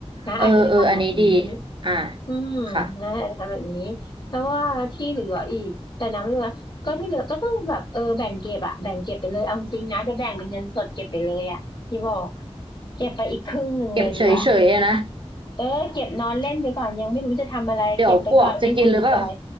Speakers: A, on the left; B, on the right.
A: นะอาจจะไปทำแบบนี้
B: เออเอออันนี้ดีอ่า
A: อืมนะคะทำแบบนี้เพราะว่าที่เหลืออีกแต่นะไม่ว่าก็ที่เหลือก็ต้องแบบเออแบ่งเก็บอะแบ่งเก็บไปเลยเอาจริงนะจะแบ่งเป็นเงินสดเก็บไปเลยอะที่บอกอะ
B: ค่ะ
A: เก็บไปอีกครึ่งหนึ่งเลยดีกว่า
B: เก็บเฉยเฉยนะ
A: เออเก็บนอนเล่นไปก่อนยังไม่รู้จะทำอะไรเก็บไปก่อนให้อุ่นใจ
B: เดี๋ยวพวกจะกินหรือเปล่า